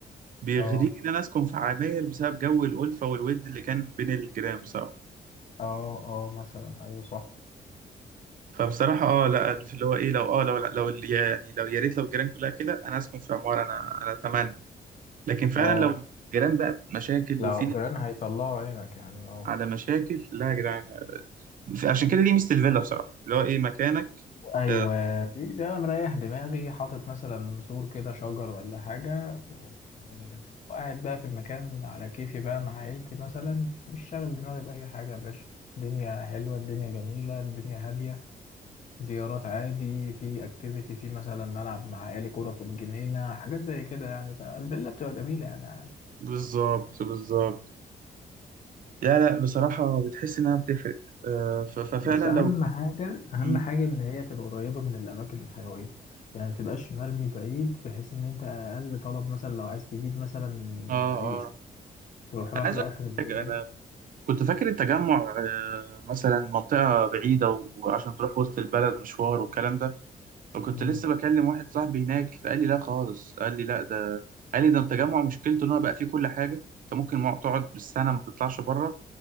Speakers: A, on the right; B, on the left.
A: بيغريني
B: اه
A: ان انا اسكن في عماير بسبب جو الالفه والود اللي كان بين الجيران بصراحه
B: اه اه مثلا ايوه صح
A: فبصراحه اه لا في اللي هو ايه لو اه لو لو يعني لو يا ريت لو الجيران كلها كده انا اسكن في عماره انا انا اتمنى لكن فعلا
B: اه
A: لو جيران بقى مشاكل
B: لا
A: وفي ناس
B: جيران هيطلعوا عينك يعني اه
A: على مشاكل لا يا جدعان ف- عشان كده دي ميزة الفيلا بصراحة اللي هو ايه مكانك
B: ايوه
A: آه،
B: دي ده أنا مريح دماغي حاطط مثلا سور كده شجر ولا حاجه و- وقاعد بقى في المكان على كيفي بقى مع عيلتي مثلا مش شاغل دماغي باي حاجه يا باشا الدنيا حلوه الدنيا جميله الدنيا هاديه زيارات عادي في اكتيفيتي في مثلا نلعب مع عيالي كوره في الجنينه حاجات زي كده يعني فالفيلا بتبقى جميله يعني
A: بالظبط بالظبط لا لا بصراحة بتحس إنها بتفرق آه، ف- ففعلا
B: بس اهم
A: لو
B: حاجه اهم
A: مم.
B: حاجه ان هي تبقى قريبه من الاماكن الحيويه يعني ما تبقاش مرمي بعيد بحيث ان انت اقل طلب مثلا لو عايز تجيب مثلا
A: اه
B: عيش
A: اه
B: تروح رايح
A: أنا عايز
B: لاخر
A: أقول
B: الدنيا
A: لك حاجة أنا كنت فاكر التجمع آه، مثلا منطقة بعيدة وعشان تروح وسط البلد مشوار والكلام ده فكنت
B: مم.
A: لسه بكلم واحد صاحبي هناك فقال لي لا خالص قال لي لا ده قال لي ده التجمع مشكلته ان هو بقى فيه كل حاجه انت ممكن مع- تقعد بالسنه ما تطلعش بره